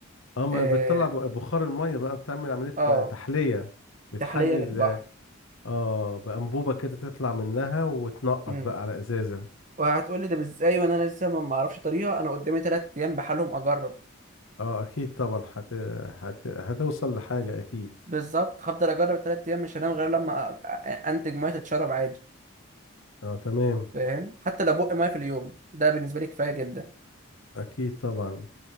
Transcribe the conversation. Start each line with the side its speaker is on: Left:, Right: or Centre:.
Left: اه ما
Right: اه
Left: بتطلع ب- بخار المية بقى بتعمل عملية
Right: آه،
Left: ت- تحلية بتحلل
Right: تحلية للبحر
Left: اه بأنبوبة كده تطلع منها وتنقط
Right: امم
Left: بقى على ازازة
Right: وهتقولي ده ازاي وانا لسه ما ما اعرفش طريقة انا قدامي تلات ايام بحالهم اجرب
Left: اه اكيد طبعا هت... هت... هتوصل لحاجة اكيد
Right: بالظبط هفضل اجرب تلات ايام مش هنام غير لما أ- أ- انتج ميه تتشرب عادي
Left: اه تمام
Right: فاهم حتى لو بق ميه في اليوم ده بالنسبه لي كفايه جدا
Left: اكيد طبعا